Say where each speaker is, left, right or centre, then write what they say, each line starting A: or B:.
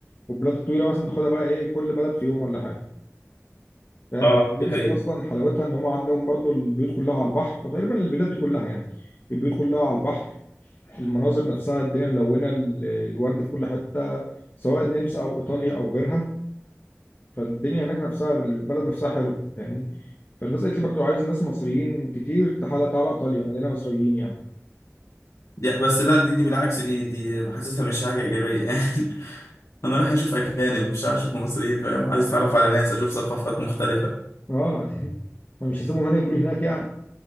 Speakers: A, on the left; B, on the left.
A: والبلاد الطويله مثلا تاخدها بقى ايه كل بلد في يوم ولا حاجه فاهم
B: اه
A: يعني النمسا
B: دي حقيقة
A: دي اصلا حلاوتها ان هم عندهم برضو البيوت كلها على البحر او تقريبا البلاد دي كلها يعني البيوت كلها على البحر المناظر نفسها الدنيا ملونه ال- الورد في كل حته سواء النمسا او ايطاليا او غيرها فالدنيا هناك نفسها البلد نفسها حلوه فاهمني فالناس قالت لي برضو عايز ناس مصريين كتير تعالى تعالى ايطاليا مليانه مصريين يعني
B: دي بس ده دي, دي بالعكس دي دي حاسسها مش حاجة إيجابية <laughs> يعني أنا رايح أشوف أجانب مش رايح أشوف مصريين فاهم عايز أتعرف على ناس أشوف ثقافات مختلفة
A: اه <laughs> ما مش هسيبهم هنا يجوا لي هناك يعني